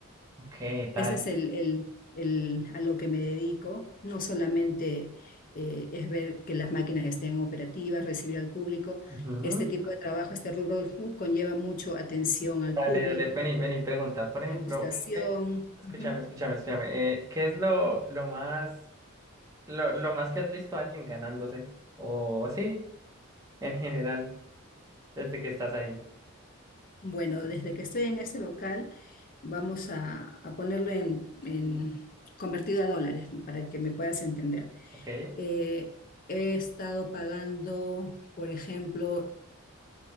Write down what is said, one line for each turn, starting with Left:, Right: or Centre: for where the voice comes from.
Right: Ok,
Left: Ese
Right: dale.
Left: es el, el- el- a lo que me dedico. No solamente eh, es ver que las máquinas estén operativas, recibir al público.
Right: Ujú.
Left: Este tipo de trabajo, este rubro, uh, conlleva mucho atención al
Right: Dale,
Left: público,
Right: dale. Vení, vení, pregunta. Por ejemplo,
Left: degustación.
Right: ¿qué... Escúchame,
Left: ujú.
Right: escúchame, escúchame. eh, ¿qué es lo, lo más, lo, lo más que has visto a alguien ganándose? O sí, en general, desde que estás ahí.
Left: Bueno, desde que estoy en este local, vamos a, a ponerlo en, en convertido a dólares para que me puedas entender.
Right: Ok.
Left: Eh, he estado pagando, por ejemplo,